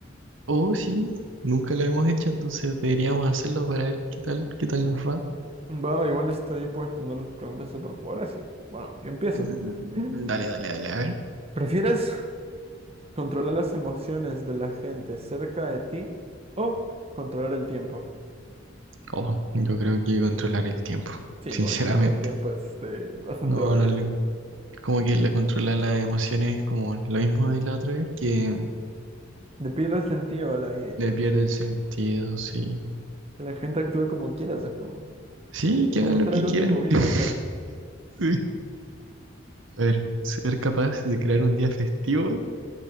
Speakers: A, on the right; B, on the right.
A: Oh, sí, nunca lo hemos hecho, entonces deberíamos hacerlo para ver qué tal, qué tal nos va.
B: Va, igual está ahí, puedes poner preguntas superpoderes y bueno, yo empiezo.
A: Mm,
B: <laughs>
A: Dale, dale, dale, a ver.
B: ¿Prefieres controlar las emociones de la gente cerca de ti o controlar el tiempo?
A: Oh, yo creo que controlar el tiempo,
B: Sí,
A: sinceramente.
B: o el control del tiempo es este, bastante
A: No,
B: obvio.
A: no le, Como que la controla las emociones, como lo mismo de la otra vez, que
B: Le pierde el sentido a la vida y
A: le
B: todo
A: pierde
B: eso.
A: el sentido, sí.
B: Que la gente actúe como quiera, o sea, es como,
A: Sí, que
B: como
A: hagan
B: ser
A: lo que
B: el
A: quieran.
B: único vivo
A: <laughs>
B: casi.
A: Sí. A ver, ser capaz de crear un día festivo